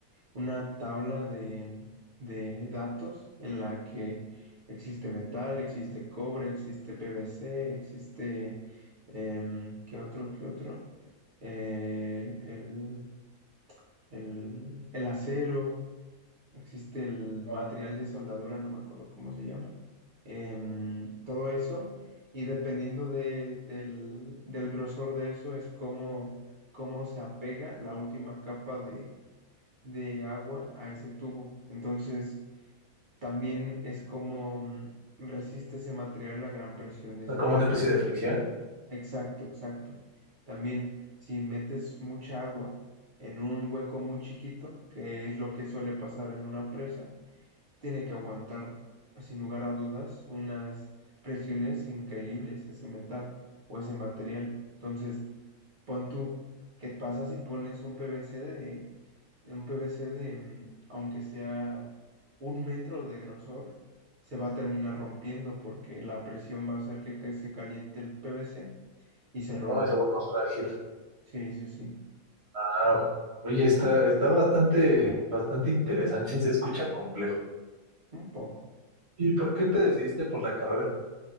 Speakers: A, on the right; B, on the right.
A: una tabla de, de datos en la que existe metal, existe cobre, existe PVC, existe em, ¿qué otro? ¿Qué otro? Eh, el, el, el acero existe el material
B: O
A: de soldadura, no me acuerdo cómo se llama, em, todo eso, y dependiendo de- del, del grosor de eso es cómo, cómo se apega la última capa de, de agua a ese tubo. Entonces, también es como mm, resiste ese material la gran presión de
B: sea,
A: ese
B: como
A: tubo.
B: una especie de fricción.
A: Exacto, exacto. También, si metes mucha agua en un hueco muy chiquito, que es lo que suele pasar en una presa, tiene que aguantar, sin lugar a dudas, unas presiones increíbles ese metal o ese material. Entonces, pon tú, ¿qué pasa si pones un PVC de, un PVC de, mm, aunque sea un metro de grosor, se va a terminar rompiendo porque la presión va a hacer que ca- se caliente el PVC y se rompa.
B: Oh, se vuelve más frágil.
A: Sí, sí, sí,
B: Ah, oye, está, está bastante, bastante interesante, <laughs> se escucha complejo.
A: un poco,
B: ¿Y
A: un
B: por
A: poco.
B: qué te decidiste por la carrera?